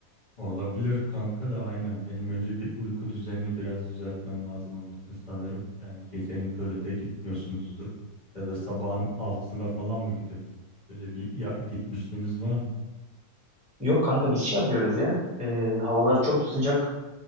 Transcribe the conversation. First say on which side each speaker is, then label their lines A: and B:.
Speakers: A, on the left; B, in the centre.
A: Olabilir kanka da aynen. Benim önce bir uyku düzenini biraz düzeltmem lazım onun için sanırım. Yani gecenin köründe gitmiyorsunuzdur. Ya da sabahın altısında falan mı gidiyorsunuz? Öyle bir ya, gitmişliğiniz var mı?
B: Yok kanka biz şey yapıyoruz ya. E, havalar çok sıcak.